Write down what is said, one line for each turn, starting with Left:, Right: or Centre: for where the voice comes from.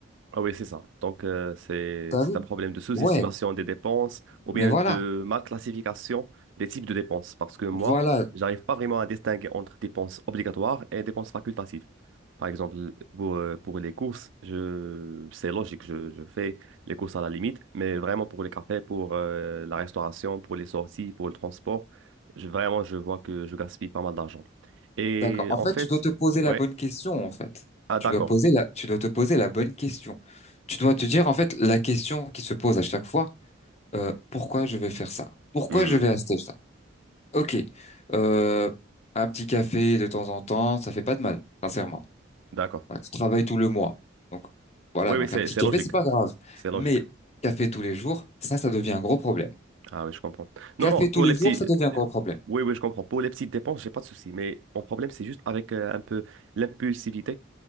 Right: Ah oui, c'est ça. Donc, euh, c'est,
Left: T'as
Right: c'est
Left: vu?
Right: un problème de sous-estimation
Left: Ouais.
Right: des dépenses ou bien
Left: Mais voilà.
Right: de mal classification des types de dépenses. Parce que moi,
Left: Voilà,
Right: j'arrive pas vraiment à distinguer entre dépenses obligatoires et dépenses facultatives. Par exemple, pour, euh, pour les courses, je, c'est logique, je, je fais les courses à la limite, mais vraiment pour les cafés, pour euh, la restauration, pour les sorties, pour le transport, je, vraiment, je vois que je gaspille pas mal d'argent. Et
Left: d'accord. En
Right: en
Left: fait,
Right: fait,
Left: tu dois te poser la
Right: ouais,
Left: bonne question, en fait.
Right: ah
Left: Tu
Right: d'accord,
Left: dois poser la, tu dois te poser la bonne question. Tu dois te dire, en fait, la question qui se pose à chaque fois, euh, pourquoi je vais faire ça? Pourquoi
Right: Hmm,
Left: je vais acheter ça? Ok, euh, un petit café de temps en temps, ça fait pas de mal, sincèrement.
Right: d'accord.
Left: Ouais, tu travailles tout le mois. Donc, voilà,
Right: Oui,
Left: donc
Right: oui, c'est
Left: un petit
Right: c'est
Left: café,
Right: logique.
Left: c'est pas grave.
Right: C'est logique.
Left: Mais café tous les jours, ça, ça devient un gros problème.
Right: Ah oui, je comprends. Non,
Left: Café
Right: non,
Left: tous
Right: pour
Left: les
Right: les petits...
Left: jours, ça devient un gros
Right: euh,
Left: problème.
Right: Oui, oui, je comprends. Pour les petites dépenses, j'ai pas de souci. Mais mon problème, c'est juste avec euh, un peu l'impulsivité.